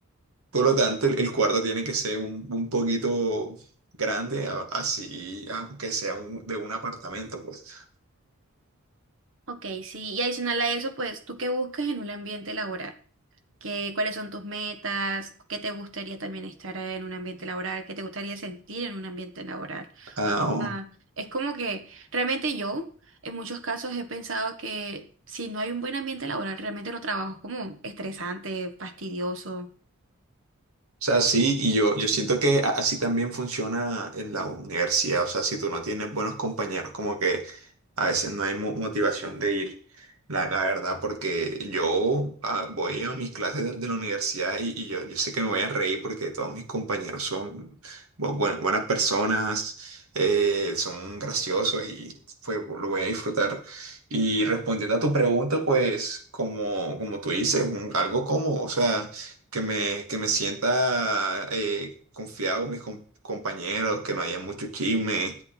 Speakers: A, on the right; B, on the right.
A: por lo tanto el, el cuarto tiene que ser un, un poquito grande, a- así, aunque sea un- de un apartamento. pues.
B: Ok, sí, y adicional a eso, pues, ¿tú qué buscas en un ambiente laboral? que- cuáles son tus metas, qué te gustaría también estar en un ambiente laboral, qué te gustaría sentir en un ambiente laboral.
A: Ah,
B: O
A: o
B: sea, es como que realmente yo en muchos casos he pensado que si no hay un buen ambiente laboral, realmente no trabajo, es como estresante, fastidioso.
A: sea, sí, y yo, yo siento que a- así también funciona en la universidad, o sea, si tú no tienes buenos compañeros, como que a veces no hay mo- motivación de ir, la, la verdad, porque yo ah, voy a mis clases de, de la universidad y, y yo, yo sé que me voy a reír porque todos mis compañeros son bu- buen- buenas personas, eh, son graciosos y pues lo voy a disfrutar. Y respondiendo a tu pregunta, pues como, como tú dices, un- algo como, o sea... que me, que me sienta eh, confiado con mis com- compañeros, que no haya mucho chisme,